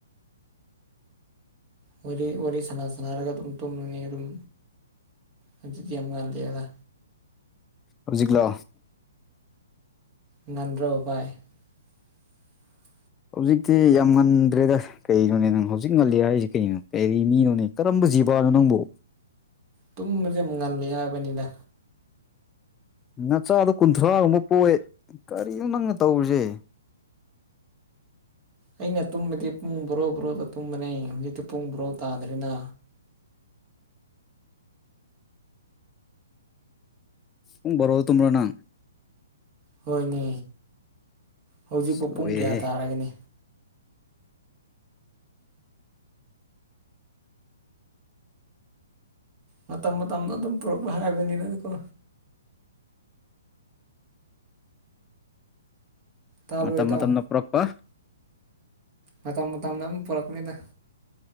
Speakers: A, on the right; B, on the left.
A: ꯃꯣꯏꯗꯤ ꯋꯥꯔꯤ ꯋꯥꯔꯤ ꯁꯅꯥ ꯁꯅꯥꯔꯒ ꯑꯗꯨꯝ ꯇꯨꯝꯅꯤ ꯑꯗꯨꯝ ꯍꯧꯖꯤꯛꯗꯤ ꯌꯥꯝ ꯉꯥꯂꯤ ꯑꯒ
B: ꯍꯧꯖꯤꯛꯂꯣ
A: ꯉꯟꯗ꯭ꯔꯣ ꯕꯥꯏ <inaudible>
B: ꯍꯧꯖꯤꯛꯇꯤ ꯌꯥꯝ ꯉꯟꯗ꯭ꯔꯦꯗ꯫ ꯀꯩꯅꯣꯅꯦ ꯅꯪ ꯍꯧꯖꯤꯛ ꯉꯜꯂꯤ ꯍꯥꯏꯔꯤꯁꯤ ꯀꯩꯅꯣ ꯀꯩꯔꯤ ꯃꯤꯅꯣꯅꯦ ꯀꯔꯝꯕ ꯖꯤꯕꯥꯅꯣ ꯅꯪꯕꯨ
A: ꯇꯨꯝꯕꯁꯦ ꯉꯜꯂꯤ ꯍꯥꯏꯕꯅꯤꯗ꯫
B: ꯅꯆꯥꯗꯣ ꯀꯨꯟꯊ꯭ꯔꯥꯒꯨꯝꯕ ꯄꯣꯑꯦ ꯀꯔꯤꯅꯣ ꯅꯪꯅ ꯇꯧꯔꯤꯁꯦ꯫
A: ꯑꯩꯅ ꯇꯨꯝꯕꯗꯤ ꯄꯨꯡ ꯕꯣꯔꯣ ꯕꯣꯔꯣꯗ ꯇꯨꯝꯕꯅꯦ ꯍꯧꯖꯤꯛꯇꯤ ꯄꯨꯡ ꯕꯣꯔꯣ ꯇꯥꯗ꯭ꯔꯤꯅ꯫
B: ꯄꯨꯡ ꯕꯥꯔꯣꯗ ꯇꯨꯝꯕꯔꯣ ꯅꯪ꯫
A: ꯍꯣꯏꯅꯦ ꯍꯧꯖꯤꯛ
B: ꯑꯁ
A: ꯄꯨ ꯄꯨꯡ
B: ꯂꯣꯏꯔꯦꯍꯦ
A: ꯀꯌꯥ ꯇꯥꯔꯒꯅꯦ꯫ ꯃꯇꯝ ꯃꯇꯝꯅ ꯑꯗꯨꯝ ꯄꯨꯔꯛꯄ ꯍꯥꯏꯔꯕꯅꯤꯅꯀꯣ꯫ ꯇꯥꯕ꯭ꯔꯣ
B: ꯃꯇꯝ
A: ꯏꯇꯥꯎ
B: ꯃꯇꯝꯅ ꯄꯨꯔꯛꯄ
A: ꯃꯇꯝ ꯃꯇꯝꯝꯅ ꯑꯝ ꯄꯨꯔꯛꯄꯅꯤꯗ꯫